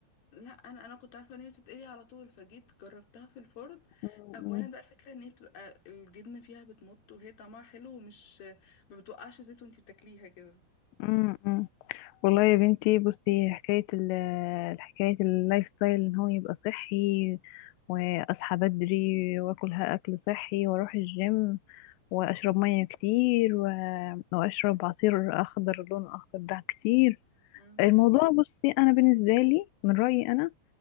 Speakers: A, on the left; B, on the left.
A: لا انا انا كنت عارفه ان هي بتتقلي على طول فجيت جربتها في الفرن
B: امم
A: اولا بقى الفكره ان هي بتبقى الجبنه فيها بتمط وهي طعمها حلو ومش ما بتوقعش زيت وانتي بتاكليها كده
B: امم والله يا بنتي بصي حكاية ال حكاية اللايف ستايل ان هو يبقى صحي واصحى بدري واكل ها- اكل صحي واروح الجيم واشرب مية كتير و- واشرب عصير اخضر لون اخضر ده كتير
A: مم.
B: الموضوع بصي انا بالنسبة لي من رأيي انا